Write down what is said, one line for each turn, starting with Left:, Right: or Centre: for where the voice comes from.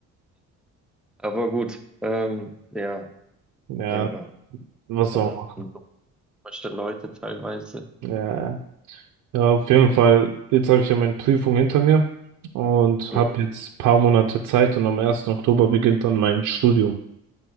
Centre: aber gut, ähm, ja,
Right: Ja,
Centre: Lehrer,
Right: was
Centre: ja,
Right: auch
Centre: das sind so komische Leute teilweise.
Right: immer. Ja, ja, auf jeden Fall, jetzt habe ich ja meine Prüfung hinter mir und
Centre: Mhm.
Right: habe jetzt paar Monate Zeit und am ersten Oktober beginnt dann mein Studium.